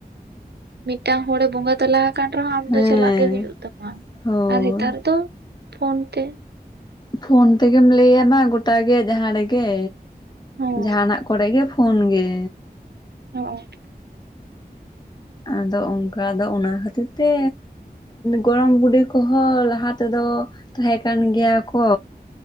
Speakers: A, on the right; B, on the left.
A: ᱢᱤᱫᱴᱟᱝ ᱦᱚᱲᱮ ᱵᱚᱸᱜᱟ ᱛᱟᱞᱟ ᱠᱟᱱ ᱨᱮᱦᱚᱸ ᱟᱢ
B: ᱦᱮᱸ
A: ᱫᱚ ᱪᱟᱞᱟᱜ ᱜᱮ ᱦᱩᱭᱩᱜ ᱛᱟᱢᱟ
B: ᱦᱳᱭ
A: ᱟᱨ ᱦᱮᱛᱟᱨ ᱫᱚ ᱯᱷᱳᱱ ᱛᱮ
B: ᱯᱷᱳᱱ ᱛᱮᱜᱮᱢ ᱞᱟᱹᱭ ᱟᱢᱟ ᱜᱚᱴᱟ ᱜᱮ ᱡᱟᱦᱟᱸ ᱨᱮᱜᱮ,
A: ᱦᱚᱸ
B: ᱡᱟᱦᱟᱸᱱᱟᱜ ᱠᱚᱨᱮ ᱜᱮ ᱯᱷᱳᱱ ᱜᱮ
A: ᱦᱚᱸ
B: ᱟᱫᱚ ᱚᱝᱠᱟ ᱫᱚ ᱚᱱᱟ ᱠᱷᱟᱹᱛᱤᱨ ᱛᱮ ᱜᱚᱲᱚᱢ ᱵᱩᱰᱤ ᱠᱚᱦᱚᱸ ᱞᱟᱦᱟ ᱛᱮᱫᱚ ᱛᱟᱦᱮᱸ ᱠᱟᱱ ᱜᱮᱭᱟ ᱠᱚ